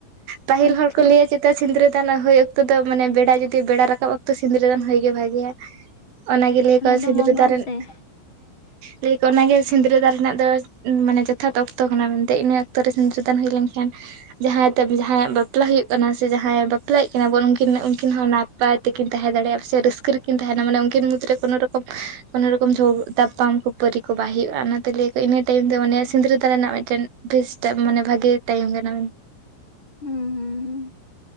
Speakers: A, on the right; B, on the left.
A: ᱯᱟᱹᱦᱤᱞ
B: ᱟᱪᱪᱷᱟ
A: ᱦᱚᱲ ᱠᱚ ᱞᱟᱹᱭᱟ ᱼᱼ ᱪᱮᱛᱟ ᱥᱤᱸᱫᱽᱨᱟᱹ ᱫᱟᱱ ᱦᱩᱭ ᱚᱠᱛᱚ ᱫᱚ ᱢᱟᱱᱮ ᱵᱮᱲᱟ ᱡᱩᱫᱤ ᱵᱮᱲᱟ ᱨᱟᱠᱟᱵ ᱚᱠᱛᱚ ᱥᱤᱸᱫᱽᱨᱟᱹ ᱫᱟᱱ ᱦᱩᱭ ᱜᱮ ᱵᱷᱟᱜᱮᱭᱟ। ᱚᱱᱟ ᱜᱮ ᱞᱟᱹᱭᱟ ᱠᱚ
B: ᱫᱚ
A: ᱥᱤᱸᱫᱽᱨᱟᱹ
B: ᱢᱚᱝᱜᱚᱞ
A: ᱫᱟᱱ ᱨᱮᱱ
B: ᱥᱮ <unintelligible>
A: ᱞᱟᱹᱭᱟ ᱠᱚ ᱚᱱᱟᱜᱮ ᱥᱤᱸᱫᱨᱟᱹ ᱫᱟᱱ ᱨᱮᱱᱟᱜ ᱫᱚ ᱢᱟᱱᱮ ᱡᱚᱛᱷᱟᱛ ᱚᱠᱛᱚ ᱠᱟᱱᱟ ᱢᱮᱱᱛᱮ, ᱤᱱᱟᱹ ᱚᱠᱛᱚ ᱨᱮ ᱥᱤᱸᱫᱽᱨᱟᱹ ᱫᱟᱱ ᱦᱩᱭ ᱞᱮᱱᱠᱷᱟᱱ ᱡᱟᱦᱟᱸᱭ ᱟᱛᱮ ᱡᱟᱦᱟᱸᱭᱟᱜ ᱵᱟᱯᱞᱟ ᱦᱩᱭᱩᱜ ᱠᱟᱱᱟ ᱥᱮ ᱡᱟᱦᱟᱸᱭᱮ ᱵᱟᱯᱞᱟᱭᱮᱫ ᱠᱤᱱᱟ ᱵᱚᱱ ᱩᱱᱠᱤᱱ ᱩᱱᱠᱤᱱ ᱦᱚᱸ ᱱᱟᱯ ᱯᱟᱭ ᱛᱮᱠᱤᱱ ᱛᱟᱦᱮᱸ ᱫᱟᱲᱮᱭᱟᱜᱼᱟ ᱥᱮ ᱨᱟᱹᱥᱠᱟᱹ ᱨᱮᱠᱤᱱ ᱛᱟᱦᱮᱱᱟ, ᱢᱟᱱᱮ ᱩᱱᱠᱤᱱ ᱢᱩᱫᱽᱨᱮ ᱠᱳᱱᱳ ᱨᱚᱠᱚᱢ ᱠᱳᱱᱳ ᱨᱚᱠᱚᱢᱷ ᱛᱟᱯᱟᱢ ᱠᱷᱟᱹᱯᱟᱹᱨᱤ ᱠᱚ ᱵᱟᱭ ᱦᱩᱭᱩᱜᱼᱟ ᱚᱱᱟᱛᱮ ᱞᱟᱹᱭ ᱠᱚᱼᱟ ᱤᱱᱟᱹ ᱴᱟᱭᱤᱢ ᱫᱚ ᱢᱚᱱᱮ ᱥᱤᱸᱝᱨᱟᱹ ᱫᱟᱨᱮ ᱨᱮᱱᱟᱜ ᱢᱤᱫᱴᱮᱱ ᱯᱨᱮᱥ ᱴᱟᱜ ᱢᱟᱱᱮ ᱵᱷᱟᱜᱮ ᱴᱟᱭᱤᱢ ᱠᱟᱱᱟ᱾
B: ᱦᱩᱸ ᱦᱩᱸ ᱦᱩᱸ